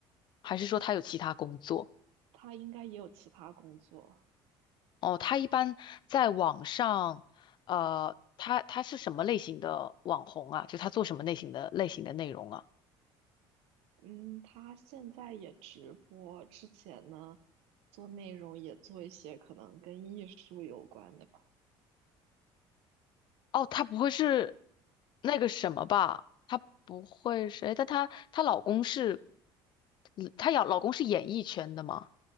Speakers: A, on the left; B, on the right.
A: 还是说她有其他工作？
B: 她应该也有其他工作。
A: 哦，她一般在网上，呃，她她是什么类型的网红啊？就她做什么类型的类型的内容啊？
B: 嗯，她现在也直播，之前呢做内容也做一些可能跟艺术有关的吧，
A: 哦，她不会是那个什么吧？她不会是，诶但她她老公是，嗯她要老公是演艺圈的吗？